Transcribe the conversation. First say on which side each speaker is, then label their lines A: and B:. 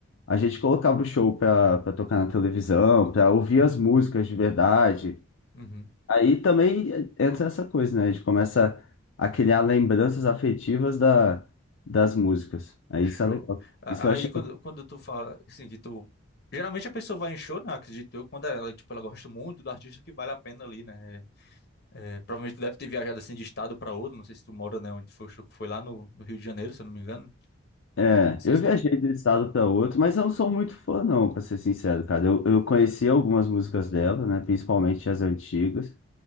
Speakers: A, on the left (about 75°); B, on the left (about 50°).
A: A gente colocava o show para tocar na televisão, para ouvir as músicas de verdade.
B: Uhum.
A: Aí também entra essa coisa, né? A gente começa a criar lembranças afetivas da, das músicas. Aí
B: Show.
A: isso é legal.
B: A-
A: Isso eu
B: Aí,
A: achei.
B: quando, quando tu fala, assim, que tu... Geralmente a pessoa vai em show, né? Acredito eu, quando ela, tipo, ela gosta muito do artista que vale a pena ali, né? É, é, provavelmente tu deve ter viajado, assim, de estado pra outro. Não sei se tu mora, né? Onde foi o show que foi lá no, no Rio de Janeiro, se eu não me engano.
A: É,
B: Não sei
A: eu
B: se
A: viajei
B: tu...
A: de um estado para outro, mas eu não sou muito fã, não, para ser sincero, cara. Eu, eu conheci algumas músicas dela, né? Principalmente as antigas.